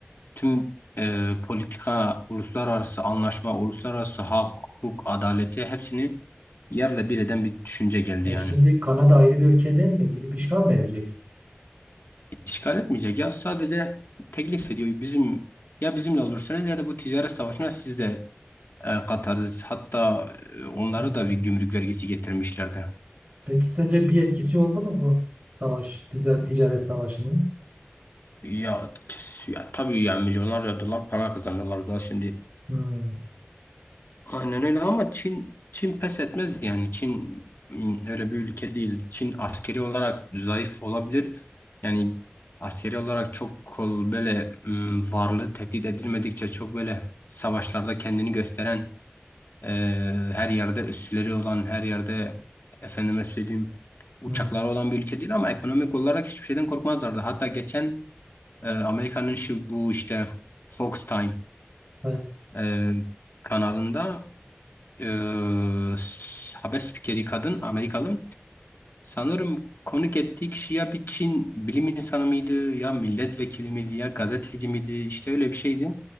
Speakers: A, on the left (about 55°); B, on the right (about 35°).
A: tüm e, politika, uluslararası anlaşma, uluslararası hak, hukuk, adaleti hepsini yerle bir eden bir düşünce geldi
B: E
A: yani.
B: şimdi Kanada ayrı bir ülke değil mi? Gidip işgal mi edecek?
A: İşgal etmeyecek ya sadece teklif ediyor. Bizim ya bizimle olursanız ya da bu ticaret savaşına siz de E, Katarsis hatta e, onlara
B: Ee,
A: da bir gümrük vergisi getirmişlerdi.
B: Peki sence bir etkisi oldu mu bu savaş, ticaret, ticaret savaşının?
A: Ya, kes- ya tabii ya milyonlarca dolar para kazanıyorlar da şimdi.
B: Hmm,
A: Aynen öyle ama Çin Çin pes etmez yani Çin m, öyle bir ülke değil. Çin askeri olarak zayıf olabilir. Yani askeri olarak çok kol böyle m, varlığı tehdit edilmedikçe çok böyle savaşlarda kendini gösteren Ee, her yerde üsleri olan, her yerde efendime söyleyeyim uçakları
B: hmm,
A: olan bir ülke değil ama ekonomik olarak hiçbir şeyden korkmazlardı. Hatta geçen e, Amerika'nın şu bu işte Fox Time
B: Evet.
A: e, kanalında e, s- haber spikeri kadın Amerikalı sanırım konuk ettiği kişi ya bir Çin bilim insanı mıydı ya milletvekili miydi ya gazeteci miydi işte öyle bir şeydi.